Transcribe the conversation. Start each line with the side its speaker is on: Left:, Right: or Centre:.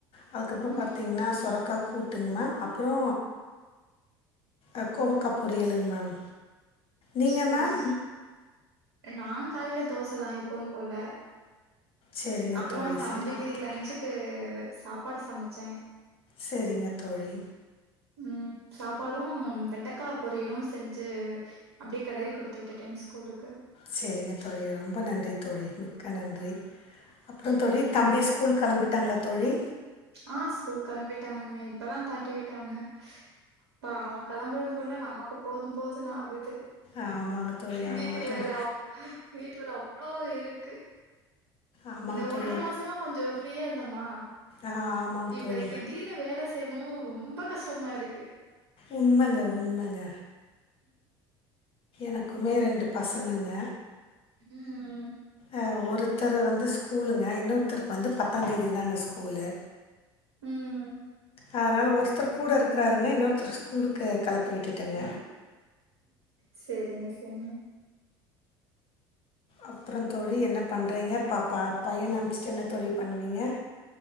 Left: அதுக்கப்பறொ
Right: ம்
Left: பாத்தீங்கன்னா சொரக்காக் கூ கூட்டுங் மேம் அப்புறொ அ கோவக்கா பொரியலுங் மேம் நீங்க
Right: சரி.
Left: மேம்
Right: ஸ்- நான் காலைல தோசதா எப்பவும் போல
Left: சரிங்க
Right: அப்றோ
Left: தோழி
Right: தம்பிக்கு
Left: சரிங்க தோழி
Right: லஞ்சுக்கு சாப்பாடு சமச்சே
Left: சரிங்க தோழி
Right: உம் சாப்பாடும் வெண்டக்கா பொரியலு செஞ்சு அப்டி கெளறி குடுத் து விட்டுட்டே ஸ்கூலுக்கு
Left: சரிங்க தோழி ரொம்ப நன்றி தோழி மிக்க நன்றி அப்றோ தோழி
Right: ம்.
Left: தம்பி ஸ்கூலுக் கெளம்பிட்டாங்களா தோழி
Right: ஆஹ் ஸ்கூல் கெளம்பிட்டாங்க இப்பதா வெரட்டி விட்ட அவன ப்பா அவன் கெளம்புறனுக்குள்ள நமக்கு போது போதுன்னு ஆகுது
Left: ஆமாங்க தோழி ஆமாங்க
Right: வீட்டு வேல
Left: தோழி
Right: அவ் வீட்டு வேல அவ்ளோ இருக்கு
Left: ஆமாங்க
Right: இந்த
Left: தோழி
Right: ஒன்ற மாசமா கொஞ்சோ ஃப்ரீயா இருந்தோமா
Left: ஆ ஆமாங்க
Right: இப்ப
Left: தோழி
Right: திடீர்னு வேல செய்யணுமு ரொம்ப கஸ்டமா இருக்கு
Left: உண்மங்க உண்மங்க எனக்குமே ரெண்டு பசங்கங்க
Right: உம் உம்
Left: அ ஒருத்தர் வந்து ஸ்கூலுங்க இன்னொருத்தருக்கு வந்து பத்தாந்தேதி தாங்க ஸ்கூலு
Right: உம்
Left: அதனால ஒருத்தர் கூட இருக்கறாருங்க இன்னொருத்தர் ஸ்கூலுக்கு கெளப்பி விட்டுட்டங்க
Right: செரிங்க செரிங்க
Left: அப்றந்தோழி என்ன பண்றீங்க பாப்பா பையன அனுப்சிட்டு என்ன தோழி பண்ணுவீங்க